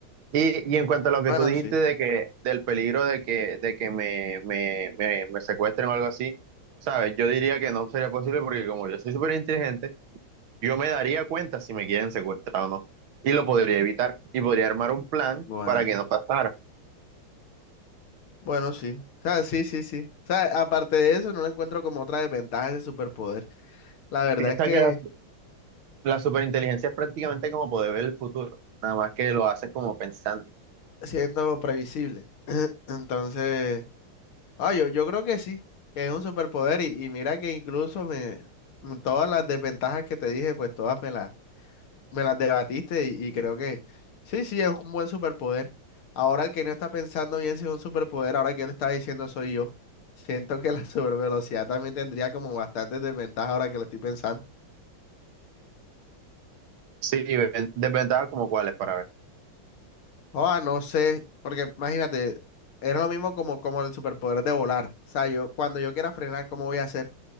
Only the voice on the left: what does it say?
Bueno,
sí.
Bueno,
bueno, sí. O sea, sí, sí, sí. O sea, aparte de eso, no lo encuentro como otra desventaja de superpoder. La verdad
es que
siendo previsible. <clears throat> Entonces... Ah, yo, yo creo que sí, que es un superpoder y, y mira que incluso me m- todas las desventajas que te dije, pues todas me las me las debatiste y, y creo que sí, sí, es un buen superpoder. Ahora el que no está pensando bien si es un superpoder, ahora que yo te estaba diciendo soy yo. Siento que la <laughs> supervelocidad también tendría como bastantes desventajas ahora que lo estoy pensando.
Ah, no sé, porque imagínate, era lo mismo como, como el superpoder de volar. O sea, yo cuando yo quiera frenar, ¿cómo voy a hacer?